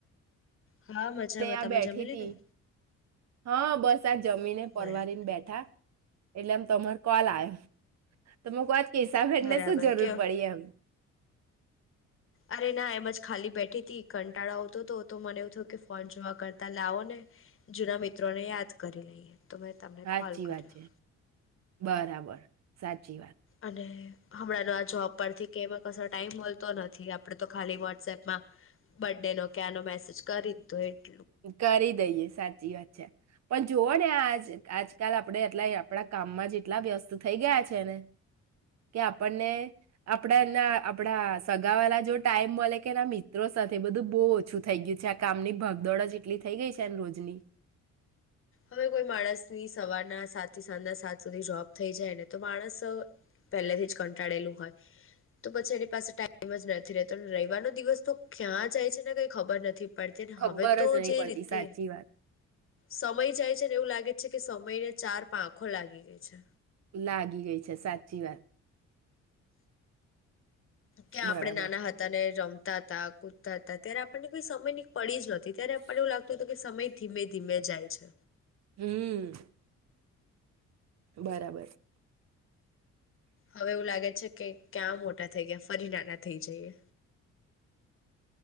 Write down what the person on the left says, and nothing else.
હા મજામાં
તમે
જમી લીધું
બરાબર
બરાબર
કેવ
અરે ના એમજ ખાલી બેઠી હતીથી કંટાળો આવતો હતો તો મને એવું થયું કે ફોન જોવા કરતા લાવો ને જૂના મિત્રોને યાદ કરી લઈએ. તો મેં તમને
કોલ કર્યો.
અને હમણાંનો આ જોબ પરથી કેમાં કો ટાઈમ મળલતો નથી આપડે તો ખાલી વોટ્સએપમાં બર્ ડેનોો કે આનો મેસેજ કરી દીધો એ
હવે કોઈ માણસની સવારના સાત થી સાંજના સાત સુધી જોપ થઈ જાય ને તો માણસ પહેલાથી જ કંટાળેલું હોય તો પછી એની પાસે ટાઈમ જ નથી રતો રવાનો દિવસ તો ક્યાં જાય છે ને કઈ ખબર નથી પડતી
હવે તો
જે
રીતે
સમય જાય છે ને એવું લાગે છે, કે સમય ને ચાર પાંખો લાગી ગઈ છે.
ક્યાં
આપડે નાના હતા ને રમ તાતા કૂદતા હતા ત્યારે આપણને કોઈ સમયની પડી જ ન‌હતી. ત્યારે આપને એવું લાગતું હતું કે સમય ધીમે ધીમે જાય છે.
હવે એવું લાગે છે કે ક્યાં મોટા થઈ ગયા ફરી નાના થઈ જઈએ.